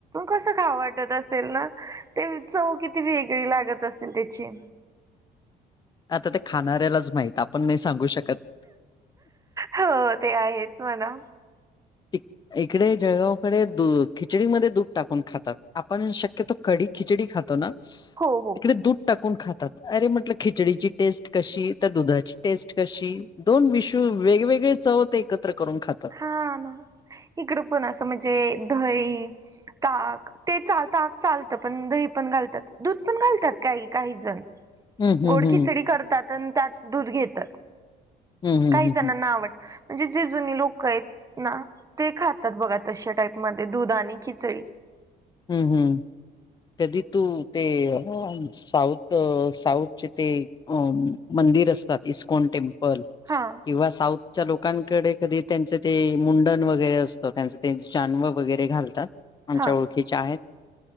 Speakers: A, on the right; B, on the left.
A: कसं खावु वाटत असेल ना ते चव किती वेगळी लागत असेल त्याची.
B: आता ते खाणाऱ्यालाच माहित आपण नाही सांगू शकत.
A: हो ते आहेच म्हणा.
B: <unintelligible> इकडे जळगावकडे दू खिचडीमध्ये दूध टाकून खातात आपण शक्यतो कडी खिचडी खातो ना. तिकडे
A: हो हो
B: दुध. टाकून खातात अरे म्हटलं खिचडीची टेस्ट कशी? त्या दुधाची टेस्ट कशी? दोन विषू वेगवेगळे चव ते एकत्र करून खातात.
A: हा ना इकडं पण असं म्हणजे दही, ताक. ते चालत आग चालतं पण दही पण घालतात दूध पण घालतात काही काही जण.
B: हम्म हम्म
A: गोड
B: हम्म
A: खिचडी करतात आणि त्यात दूध घेतात.
B: हम्म
A: काही
B: हम्म हम्म
A: जणांना
B: हम्म
A: आवड म्हणजे जे जुनी लोक आहेत ना ते खातात बघा तशा टाईपमध्ये दुध आणि खिचडी.
B: हं हं. कधी तु ते साऊथ साऊथचे ते. अ मंदिर असतात इस्कॉन टेम्पल
A: हा
B: किंवा साऊथ च्या लोकांकडे कधी त्यांचे ते मुंडन वगैरे असतं. त्यांचे त्यां जानव वगैरे घालतात. आमच्या
A: हा
B: ओळखीच्या आहेत.